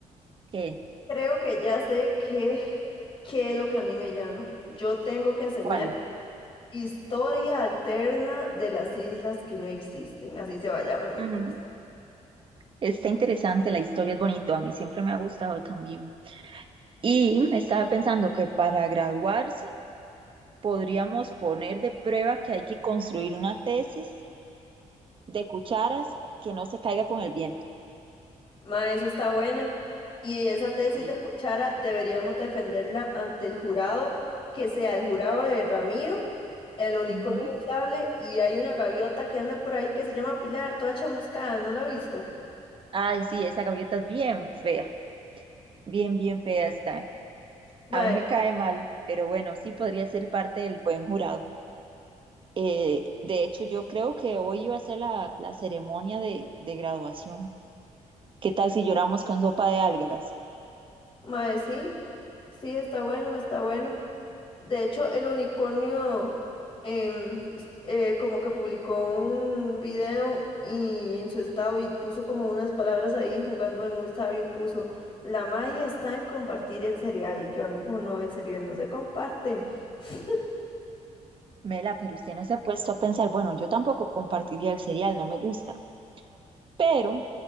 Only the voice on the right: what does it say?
¿Qué?
¿Cuál?
Ujú.
Está interesante, la historia es bonito, a mí siempre me ha gustado también. Y estaba pensando que para graduarse podríamos poner de prueba que hay que construir una tesis de cucharas que no se caiga con el viento.
Sí.
Ujú.
Ay, sí, esa gaviota es bien fea, bien, bien fea está.
A mí me cae mal, pero bueno, sí podría ser parte del buen jurado. Eh, de hecho, yo creo que hoy iba a ser la, la ceremonia de, de graduación. ¿Qué tal si lloramos con sopa de algas?
Mela, pero usted no se ha puesto a pensar, bueno, yo tampoco compartiría el cereal, no me gusta. Pero,